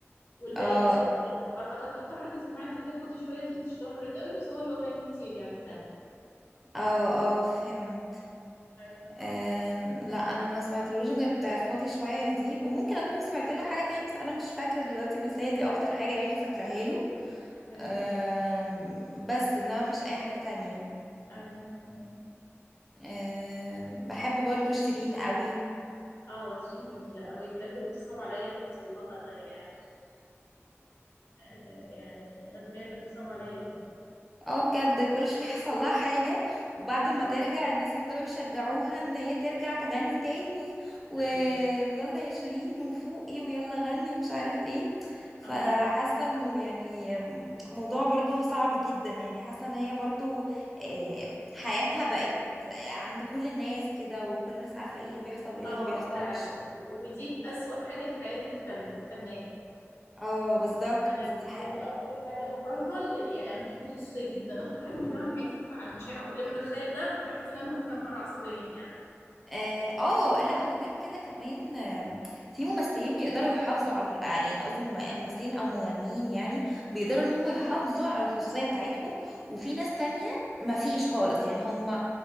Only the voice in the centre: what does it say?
اه
اه اه فهمت
آه لا انا ما سمعتلوش غير بتاعت فاضي شويه دي وممكن اكون سمعت له حاجه تانية بس انا مش فاكره دلوقتي بس هي دي اكتر حاجه يعني فاكراها له
آم، بس انما مفيش اي حاجه تانية
آم، بحب برضو شيرين قوي
اه بجد كل شويه يحصل لها حاجه وبعد ما
ترجع الناس يفضلوا يشجعوها ان هي ترجع تغني تاني و...
ويلا يا شيرين وفوقي ويلا غني ومش عارف ايه فحاسه
انه يعني موضوع برضو صعب جدا يعني حاسه ان هي برضو آه، حياتها بقت عند كل الناس كده وكل الناس عارفه ايه اللي بيحصل وايه اللي
ما بيحصلش
اه بالظبط
دي حقيقة
اه آه، لا وغير كده كمان آم، في ممثلين بيقدروا يحافظوا على الخ- آه، يعني قصدي مم- ممثلين او مغنيين يعني بيقدروا ان هم يحافظوا على الخصوصية بتاعتهم وفي ناس تانية ما فيش خالص يعني هم